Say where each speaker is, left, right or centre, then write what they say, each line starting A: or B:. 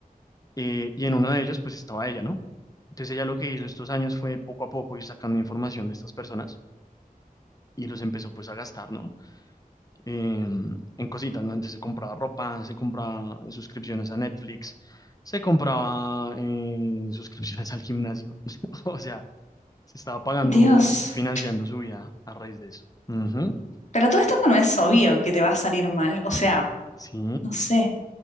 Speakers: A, on the left; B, on the left.
A: Eh, y en uno de ellos pues estaba ella, ¿no? Entonces ella lo que hizo estos años fue poco a poco ir sacando información de estas personas y los empezó pues a gastar, ¿no? Eh, en cositas, ¿no? Antes se compraba ropa, se compraba suscripciones a Netflix, se compraba eh, <laughs> suscripciones al gimnasio, <laughs> o sea, Se estaba pagando
B: Dios,
A: y financiando su vida a raíz de eso. Ujú,
B: pero todo esto no es obvio que te va a salir mal, o sea,
A: Sí.
B: no sé.